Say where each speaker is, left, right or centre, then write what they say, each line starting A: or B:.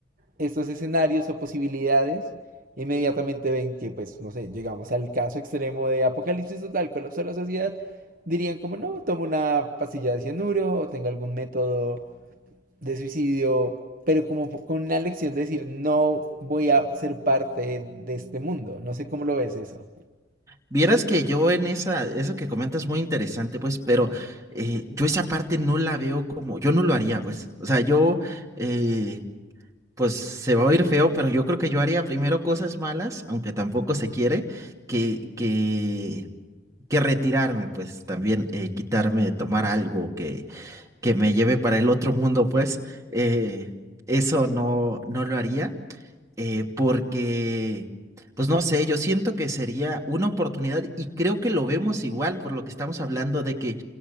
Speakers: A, on the right (about 45°); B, on the right (about 15°).
A: estos escenarios o posibilidades, inmediatamente ven que, pues, no sé, llegamos al caso extremo de apocalipsis total, colapso de la sociedad, dirían como, no, toma una pastilla de cianuro o tenga algún método de suicidio, pero como con una lección de decir, no voy a ser parte de este mundo. No sé cómo lo ves eso.
B: Vieras que yo en esa, eso que comentas es muy interesante, pues, pero eh, yo esa parte no la veo como, yo no lo haría, pues, o sea, yo, eh, pues se va a oír feo, pero yo creo que yo haría primero cosas malas, aunque tampoco se quiere, que, que, que retirarme, pues, también eh, quitarme, tomar algo que, que me lleve para el otro mundo, pues, eh, eso no, no lo haría eh, porque, pues no sé, yo siento que sería una oportunidad y creo que lo vemos igual por lo que estamos hablando de que